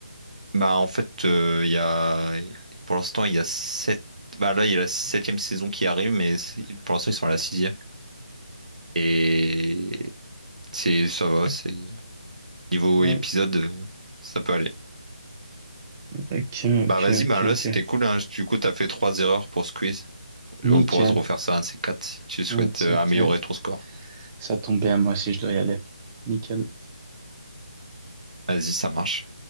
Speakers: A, on the right (about 80°); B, on the right (about 15°).
A: bah en fait, euh, il y a pour l'instant il y a sept. Bah là, il y a la septième saison qui arrive, mais c'est- pour l'instant ils sont à la sixième. Et c'est ça va, c'est niveau
B: Ouais.
A: épisode, euh, ça peut aller.
B: Ok, ok,
A: Bah vas-y, bah
B: ok,
A: là
B: ok.
A: c'était cool. Hein. Du coup, t'as fait trois erreurs pour ce quiz.
B: Nickel.
A: On pourra se refaire ça un de ces quatre si tu souhaites
B: Ah, tu sais
A: euh, améliorer
B: que
A: ton score.
B: ça tombe bien moi aussi je dois y aller. Nickel.
A: Vas-y, ça marche.